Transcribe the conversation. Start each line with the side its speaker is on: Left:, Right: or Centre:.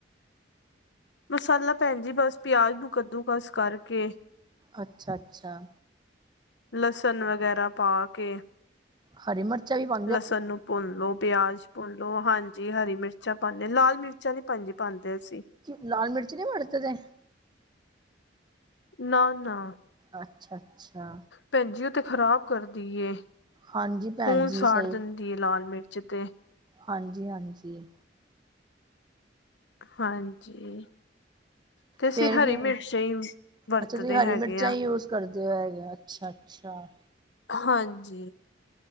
Left: ਮਸਾਲਾ ਭੈਣ ਜੀ ਬਸ ਪਿਆਜ਼ ਨੂੰ ਕੱਦੂ ਕਸ ਕਰਕੇ
Right: ਅੱਛਾ ਅੱਛਾ
Left: ਲਸਣ ਵਗੈਰਾ ਪਾ ਕੇ
Right: ਹਰੀ ਮਿਰਚ ਵੀ ਪਾ
Left: ਲਸਣ ਨੂੰ ਭੁੰਨ ਲਓ ਪਿਆਜ ਭੁਨ ਲੋ ਹਾਂਜੀ ਹਰੀ ਮਿਰਚਾਂ ਪਾਉਂਦੇ ਲਾਲ ਮਿਰਚਾਂ ਨੀ ਪਾਉਂਦੇ ਅਸੀਂ।
Right: ਲਾਲ ਮਿਰਚ ਨਹੀਂ ਵਰਤਦੇ
Left: ਨਾ, ਨਾ
Right: ਅੱਛਾ, - ਅੱਛਾ।
Left: ਭੈਣ ਜੀ ਉਹ ਤੇ ਖ਼ਰਾਬ ਕਰਦੀ ਏ
Right: ਹਾਂਜੀ ਭੈਣ
Left: ਖੂਨ
Right: ਜੀ
Left: ਸਾੜ
Right: ਸਹੀ
Left: ਦਿੰਦੀ ਹੈ ਲਾਲ ਮਿਰਚ ਤੇ
Right: ਹਾਂਜੀ, ਹਾਂਜੀ।
Left: ਹਾਂਜੀ। ਤੇ ਅਸੀਂ
Right: ਫੇਰ
Left: ਹਰੀ
Right: ਕੀ
Left: ਮਿਰਚ ਹੀ ਵਰਤਦੇ
Right: ਅੱਛਾ ਤੁਸੀਂ ਹਰੀ
Left: ਹੈਗੇ
Right: ਮਿਰਚਾਂ
Left: ਹੈ
Right: ਹੀ ਯੂਜ ਕਰਦੇ ਹੈਗੇ ਆ, ਅੱਛਾ-ਅੱਛਾ।
Left: ਹਾਂਜੀ,